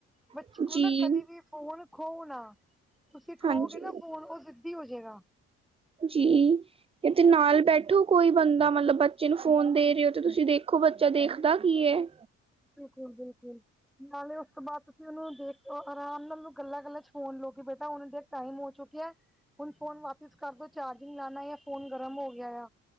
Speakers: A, in the centre; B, on the right.
A: ਬੱਚੇ
B: ਜੀ-ਜੀ
A: ਕੋਲੋਂ ਨਾ ਕਦੇ ਵੀ ਫੋਨ ਖੋਨਾ, ਤੁਸੀਂ ਖੋਗੇ
B: ਹਾਂਜੀ
A: ਨਾ ਫੋਨ ਉਹ ਜਿ ਦੀ ਹੋਜੇਗਾ।
B: ਜੀ, ਏਹਦੇ ਨਾਲ ਬੈਠੋ। ਕੋਈ ਬੰਦਾ ਮਤਲਬ ਬੱਚੇ ਨੂੰ ਫੋਨ ਦੇਰੇ ਉਹ, ਤੇ ਤੁਸੀਂ ਦੇਖੋ ਬੱਚਾ ਦੇਖਦਾ ਕੀ ਐਂ?
A: ਬਿਲਕੁਲ-ਬਿਲਕੁਲ, ਨਾਲੇ ਓਸ ਤੋਂ ਬਾਦ ਤੁਸੀਂ ਓਨੁ ਦੇਖੋ, ਆਰਾਮ ਨਾਲ ਉਹਨੂੰ ਗੱਲਾਂ-ਗੱਲਾਂ ਚ ਫੋਨ ਲੋ ਕੇ ਬੇਟਾ ਹੁਨ ਦੇਖ ਟਾਈਮ ਹੋ ਚੁੱਕੇਆ ਹੁਨ ਫੋਨ ਵਾਪਿਸ ਕਰ ਦੋ ਚਾਰਜਿੰਗ ਲਾਨਾ ਯਾ ਫੋਨ ਗਰਮ ਹੋ ਗੇਆ ਆ।